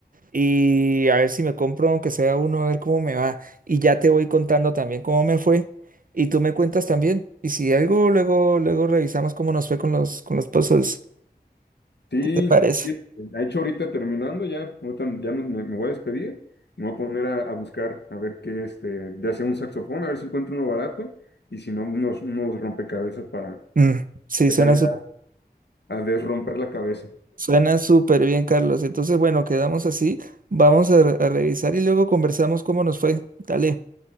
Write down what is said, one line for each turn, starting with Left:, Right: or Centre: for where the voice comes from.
Right: y a ver si me compro aunque sea uno, a ver cómo me va. Y ya te voy contando también cómo me fue y tú me cuentas también. Y si algo, luego, luego revisamos cómo nos fue con los, con los pozos.
Left: sí,
Right: ¿Qué te parece?
Left: sí. este, De hecho, ahorita terminando, ya, ahorita ya me, me me voy a despedir. Me voy a poner a, a buscar, a ver qué, este, ya sea un saxofón, a ver si encuentro uno barato, y si no, unos, unos rompecabezas para
Right: Mm, sí,
Left: empezar
Right: suena
Left: ya
Right: súper.
Left: a desromper la cabeza.
Right: Suena súper bien, Carlos. Entonces, bueno, quedamos así. Vamos a, a revisar y luego conversamos cómo nos fue. Dale.